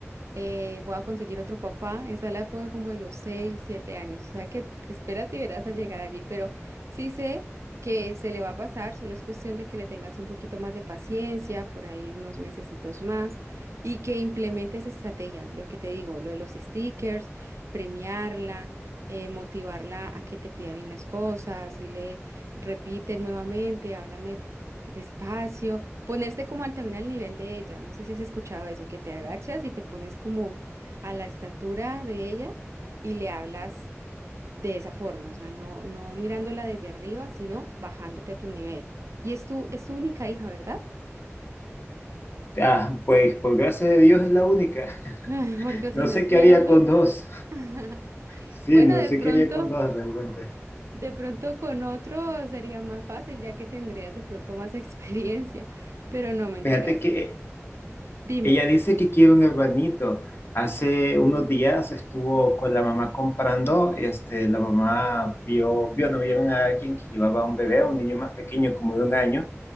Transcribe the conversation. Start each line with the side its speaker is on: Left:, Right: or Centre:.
Right: eh, voy a conseguir otro papá. Esa es la época como de los 6 7 años. O sea que espérate y verás a llegar allí. Pero sí sé que se le va a pasar, solo es cuestión de que le tengas un poquito más de paciencia, por ahí unos mesecitos más, y que implementes estrategias, lo que te digo, lo de los stickers, premiarla. eh, motivarla a que te pida bien las cosas, dile, repite nuevamente, háblame Despacio, ponerse como al, también al nivel de ella. No sé si has escuchado eso, que te agachas y te pones como a la estatura de ella y le hablas de esa forma, o sea, no, no mirándola desde arriba, sino bajándote a tu nivel. Y es tu, es tu única hija, ¿verdad?
Left: Ah, pues por gracia de Dios es la única. <laughs>
Right: <laughs> Porque
Left: No
Right: si no
Left: sé
Right: estuvieras
Left: qué haría
Right: loco.
Left: con dos.
Right: <laughs>
Left: Sí,
Right: Bueno,
Left: no
Right: de
Left: sé
Right: pronto,
Left: qué haría con dos realmente.
Right: de pronto con otro sería más fácil, ya que tendrías de pronto más <laughs> experiencia. Pero no, mentiras.
Left: Fíjate que
Right: Dime.
Left: Ella dice que quiere un hermanito. Hace unos días estuvo con la mamá comprando, este, la mamá vio, vio, no vieron a alguien que llevaba un bebé, un niño más pequeño, como de un año,